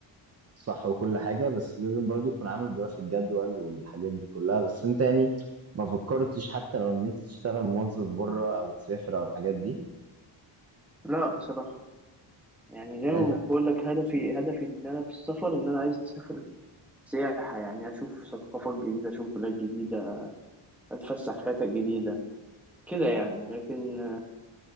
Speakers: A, on the right; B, in the centre.
A: صح وكل حاجه بس لازم برضو تكون عامل دراسه جدول والحاجات دي كلها بس انت يعني ما فكرتش حتى لو ان انت تشتغل موظف بره او تسافر او الحاجات دي
B: لا بصراحة يعني زي
A: يعني
B: ما
A: انت
B: بقول لك هدفي هدفي ان انا في السفر ان انا عايز اسافر سياحة يعني اشوف ثقافات جديدة اشوف بلاد جديدة اتفسح في حتت جديدة كده يعني لكن